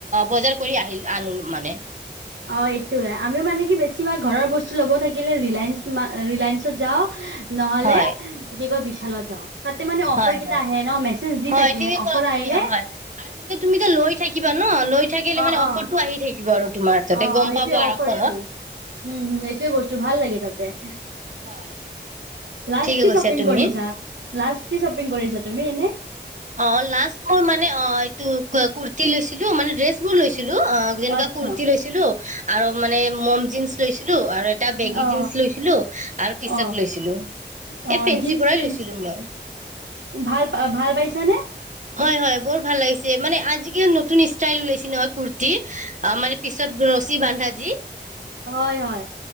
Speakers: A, on the right (about 40°); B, on the right (about 80°).
A: বজাৰ কৰি আহিল আনো মানে
B: অ এইটোবে আমিও মানে কি বেছি। বেছিভাগ ঘৰৰ বস্তু ল'ব থাকিলে ৰিলায়েন্স মা ৰিলায়েন্সত যাওঁ নহলে,
A: হয়
B: কি কয় বিচ বিশালত যাওঁ। তাতে মানে অফাৰ
A: হয়
B: কেইটা
A: হয়,
B: আহে ন মেছেজ দি
A: হয়
B: থাকে
A: ঠিকে
B: অফাৰ
A: ক তুমি
B: আহিলে
A: হয় আ তুমি যে লৈ থাকিবা ন লৈ থাকিলে
B: অ
A: মানে অফাৰটো
B: অ
A: আহি থাক কিব আৰু তোমাৰ তাতে
B: অ
A: গম
B: এইটোৱে
A: পাব
B: অফাৰটো,
A: আৰু ফোনত
B: হম এইটোৱে বস্ত ভাল লাগে তাতে।
A: হয়।
B: লাষ্ট
A: ঠিকে
B: কি
A: কৈছা
B: শ্বপিং
A: তুমি
B: কৰিছা? লাষ্ট কি শ্বপিং কৰিছা, তুমি এনে?
A: অ লাষ্ট মোৰ মানে অ এইটো কুৰ্তি লৈছিলোঁ ছিলো মানে ড্ৰেছ বোৰ লৈছিলো, অ যেনেকা
B: আচ্ছা
A: কুৰ্তি লৈছিলো আৰু মানে ম'ম জিনন্ছ লৈছি লো আৰু এটা বেগি
B: অ
A: জিন্স লৈছিলো, আৰু টি
B: অ
A: চাৰ্ট
B: অ
A: লৈছিলো,
B: অ
A: এই ফেঞ্চিৰ
B: জীন্স
A: পৰাই
B: পেন্ট
A: লৈছিলো মই।
B: ভাল ভাল পাইছানে
A: হয় হয়, বৰ ভাল লাগিছে। মানে আজিকালি নতুন ষ্টাইল ওলাইছে নহয় কুৰ্তী। অ মানে পিছত ৰছী বান্ধা যি।
B: হয় হয়।